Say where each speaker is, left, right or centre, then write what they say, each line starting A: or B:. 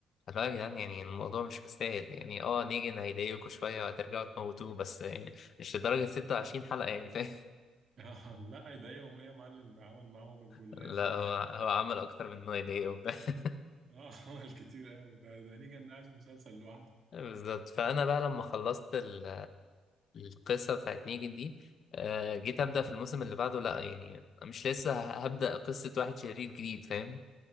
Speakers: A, on the left (about 55°); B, on the right (about 55°).
A: فاللي هو يا جدعان يعني الموضوع مش مستاهل يعني اه نيجن هيضايقكوا شوية وهترجعوا تموتوه بس يعني مش لدرجة 26 حلقة يعني فاهم <laughs>
B: <laughs> لا يضايقهم ايه يا معلم ده عمل معاهم الجلاشه
A: لا
B: ده
A: هو هو عمل أكتر من إنه يضايقهم <laughs>
B: اه <laughs> عمل كتير قوي ده ده نيجان ده عايز مسلسل لوحده
A: بالظبط فأنا بقى لما خلصت ال- القصة بتاعت نيجن دي آه، جيت أبدأ في الموسم اللي بعده لا يعني مش لسه هبدأ قصة واحد شرير جديد فاهم